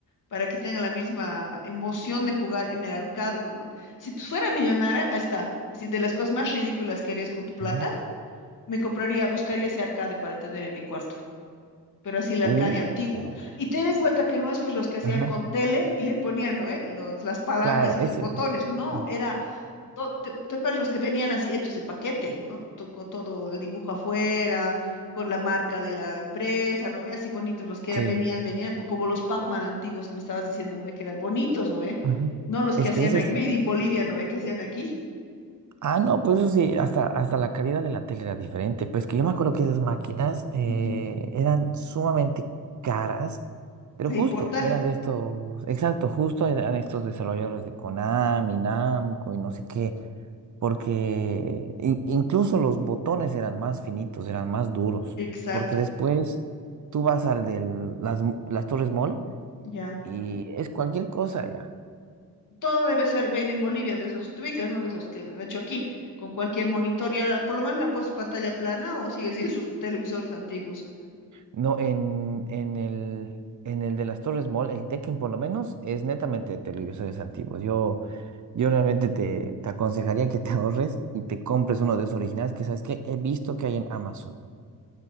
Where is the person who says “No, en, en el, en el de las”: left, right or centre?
Right